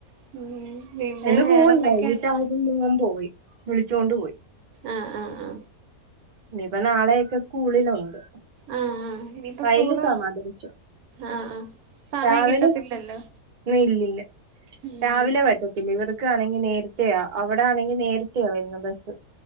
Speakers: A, on the right; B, on the right.
A: ഉം പിന്നെ
B: ഏ ഇന്ന്
A: വേറെന്തൊക്കെയുണ്ട്
B: പോവണ്ടോ ന്നിട്ട് <unintelligible> പോയി വിളിച്ചുകൊണ്ട് പോയി
A: ആ ആ ആ
B: ഇനിപ്പൊ നാളെയൊക്കെ സ്കൂളിലുണ്ട്
A: ആഹ ആ് ഇനിയിപ്പ
B: വൈകിട്ടാ
A: സ്കൂള്
B: മദ്രസ
A: ആഹ ആ സമയം
B: രാവിലെ
A: കിട്ടത്തില്ലല്ലോ
B: ഇല്ലില്ല
A: ഉം
B: രാവിലെ പറ്റത്തില്ല ഇവർക്കാണെങ്കി നേര യാ അവിടെ ആണെങ്കിൽ നേരത്തെയ വരുന്ന ബസ്സ്